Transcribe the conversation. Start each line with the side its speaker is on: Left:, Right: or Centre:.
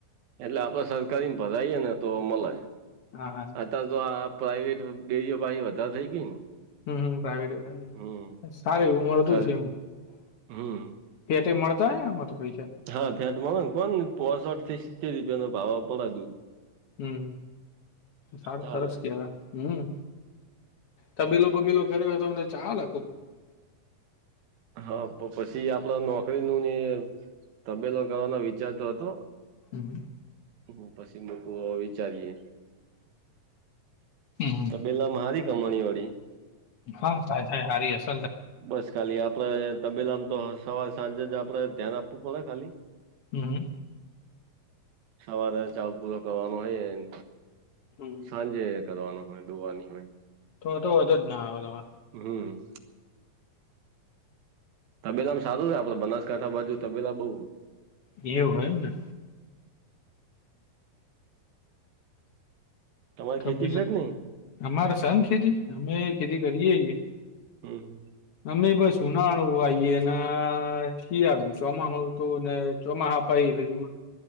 Right: એટલે આપડે સરકારીને ભરાઈએે ને તો મલે
Left: હા હા
Right: અતારે તો આ પ્રાાઈવેટ ડેરીઓ પાછી વધારે થઈ ગઈ ને
Left: હમ પ્રાઇવેટ <inaudible>
Right: હમ
Left: સારૂ એવું મળતું
Right: સર
Left: હશે એમાં
Right: હમ
Left: એથી મળતા અહે ને એમાંથી પૈસા
Right: હા, ફેટમાં હેને કઉ પોસઠ થી સિત્તેર રૂપિયા નો ભાવ આવતો લાગે
Left: હમ સારું
Right: ચાલે
Left: સરસ કેવાય હમ તબેલો બબેલો કર્યો હોય તો અમને ચાલે
Right: હા પણ પછી આપડે નોકરી નું ને તબેલો કરવાનો વિચારતો હતો.
Left: હમ
Right: હું પછી મૂકું હવે વિચારીએ
Left: હમ
Right: તબેલા માં સારી કમાણી વાળી
Left: હા થાય થાય હારી હસે
Right: બસ ખાલી આપડે તબેલા માં તો સવાર સાંજે જ આપણે ધ્યાન આપવું પડે ખાલી
Left: હમ્મ
Right: સવારે ચાલ પૂરો કરવાનો હોયે ન
Left: હમ
Right: સાંજે કરવાનો હોય ડોવાની હોય.
Left: તો તો વાંધો જ ના આવે ત
Right: હમ્મ તબેલામ સારું છે. આપણે બનાસ કાથા બાજુ તબેલા બઉ હ
Left: એવું હોય એમને
Right: તમારે ખેતી
Left: <inaudible>
Right: છે કે નહી
Left: અમારે સન ખેતી એય ખેતી કરીએ છીએ.
Right: હમ્મ
Left: તમે બસ ઉનાળો આઈએ ના શી આવ ચોમાસું હતું ને ચોમાસા પહિ <inaudible>